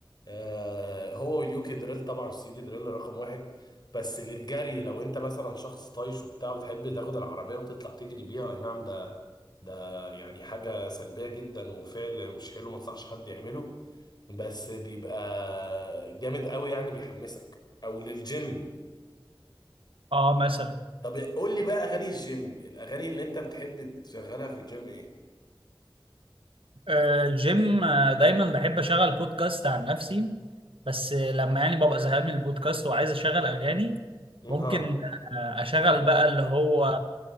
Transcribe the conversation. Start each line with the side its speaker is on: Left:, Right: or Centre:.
Left: آه هو واليوكي دريل طبعا بس اليوكي دريل رقم واحد بس للجري لو انت مثلا شخص طايش وبتاع بتحب تاخد العربية وتطلع تجري بيها اي نعم ده ده يعني حاجة سلبية جدا وفعل مش حلو ما انصحش حد يعمله بس بيبقى جامد قوي يعني بيحمسك او للجيم
Right: اه مثلا
Left: طب قول لي بقى اغاني الجيم الاغاني اللي انت بتحب تشغلها في الجيم ايه؟
Right: آه، جيم آه، دايما بحب أشغل بودكاست عن نفسي بس لما يعني ببقى زهقان من البودكاست وعايز اشغل اغاني
Left: ها
Right: ممكن آه، اشغل بقى اللي هو